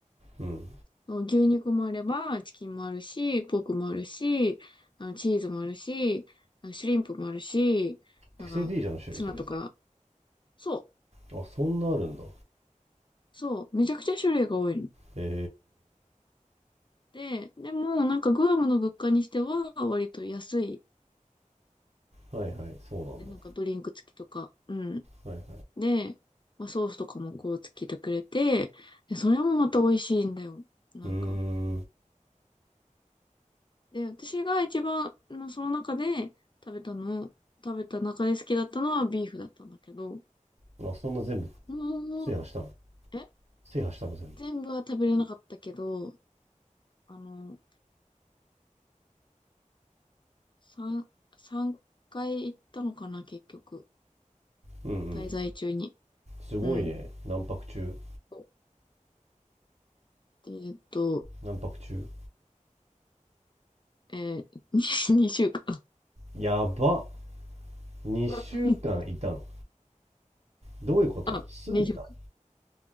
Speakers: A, on the right; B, on the left.
A: うん。
B: そう牛肉もあれば、チキンもあるし、ポークもあるし、あのチーズもあるし、あのシュリンプもあるし、なんか、
A: ケセディージャの種類それ。
B: ツナとか、そう、
A: あ、そんなあるんだ。
B: そう、めちゃくちゃ種類が多いの。
A: へ
B: で、でも、なんか、グアムの物価にしては、割と安い。
A: え。はいはい、そうなんだ。
B: で、なんか、ドリンク付きとか、うん。
A: はいはい。
B: で、まあ、ソースとかもこうつけてくれて、で、それもまた美味しいんだよ。なんか。
A: うーん。
B: で、私が一番、まあ、その中で食べたの、食べた中で好きだったのはビーフだったんだけど、
A: あ、そんな全部
B: もう、
A: 制覇したの
B: え
A: 制覇したの全
B: 全部は食べれなかったけど、あの、三三回行ったのかな、結局。
A: 部。うんうん。
B: 滞在中に。
A: すごいね。
B: うん。
A: 何泊中
B: そうえーっと、
A: 何泊中
B: えー、<laughs> 2週間。
A: やば。2週間いたの。
B: <laughs>
A: どういうこと住んでた
B: あ、2週間。